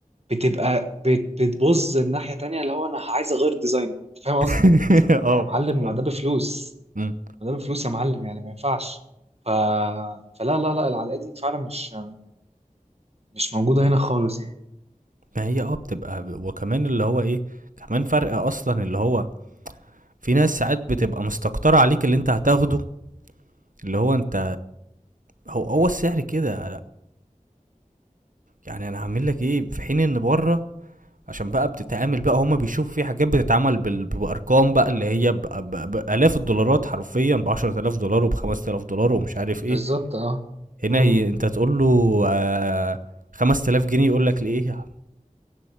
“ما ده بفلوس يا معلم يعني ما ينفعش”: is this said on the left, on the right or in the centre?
Right